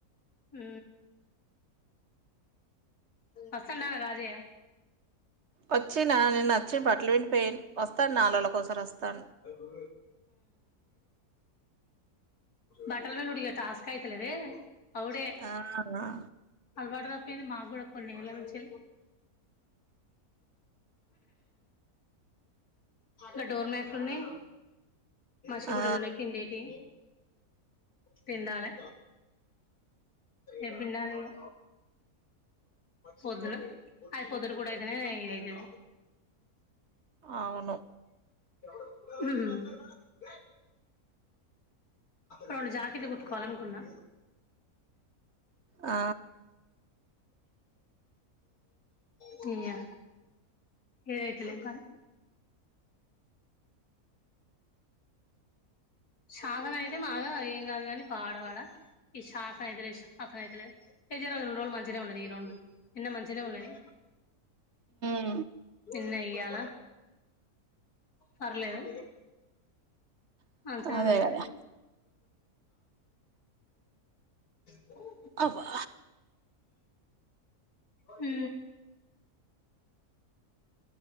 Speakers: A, on the left; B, on the right.
A: హు ఉ వస్తండ రాజయ్య
B: వచ్చిన నేను వచ్చిన బట్టలు పిండి పోయిన వస్తాను నాలుగు ఎన్ని రోజులకు ఒకసారి వస్తాను
A: ఊ బట్టలు పిండుడు టాస్క్ అయితలేదా ఇగ అప్పుడే
B: ఆ
A: అలవాటు తప్పదు ఇగ ఇంకేంటి మాకు కూడా కొన్ని ఏళ్ల నుంచి అక్కడ డోర్ మ్యాట్లు ఉన్నాయి మసి గుడ్డలు
B: ఆ
A: ఉన్నాయి పిండేటి పిండాలి ఏ పిండాలి ఈగ పొద్దులు అవి పొద్దులు పూటఅయితేనే అయితది
B: అవును
A: ఉ రెండు జాకెట్లు కుట్టుకోవాలనుకున్నా
B: ఆ
A: తియ్యే ఏదైతే లే కానీ సాతనైతే మాగా ఏం కాదు కాని పాడుగాను <unintelligible> రెండు రోజులు మంచినే ఉన్నది ఈ రెండు నిన్న మంచినే ఉన్నది
B: ఉ
A: నిన్న ఇయ్యాల పర్లేదు మంచిగానే
B: అదే
A: ఉన్నాయి
B: కదా
A: గాని <unintelligible>
B: అవ్వ
A: ఉ